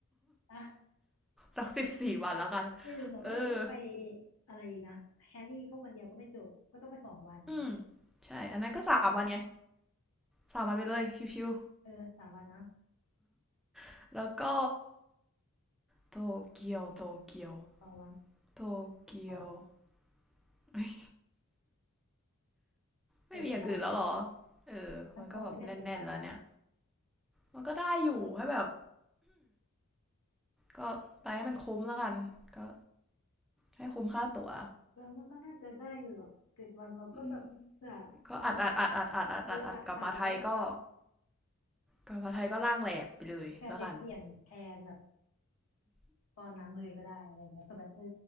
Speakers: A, on the left; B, in the centre.
A: อะ
B: สักสิบสี่วันแล้วกัน
A: อย่าลืมนะว่าเราต้องไป
B: เออ
A: อะไรนะแฮร์รี่ก็วันเดียวก็ไม่จบก็ต้องไปสองวัน
B: อืมใช่อันนั้นก็สามวันไงสามวันไปเลยชิว
A: เออสามวันนะ
B: ๆแล้วก็โตเกียวโตเกียว
A: สองวัน
B: โตเกียว
A: พอไหม
B: <laughs> เฮ้ย
A: เจ็ดวัน
B: ไม่มีอย่างอื่นแล้วเหรอเออมันก็แบบแน่นๆแล้วเนี่ย
A: มันพอไหมเนี่ยเจ็ดวันเนี่ย
B: มันก็ได้อยู่ให้แบบก็ไปให้มันคุ้มแล้วกันก็ให้คุ้มค่าตั๋ว
A: เออมันก็น่าจะได้อยู่หรอกเจ็ดวันเราก็แบบเผื่ออะไร
B: อืมก็อัดอัดอัดอัดอัดอัดอัดอัดกลับมาไทยก็
A: เอออาจอาจแล้ว
B: กลับมาไทยก็ร่างแหลกไปเลยแล้วกัน
A: เผื่อไปเปลี่ยนแผนแบบตอนนั้นเลยก็ได้อะไรเงี้ยเผื่อแบบเออ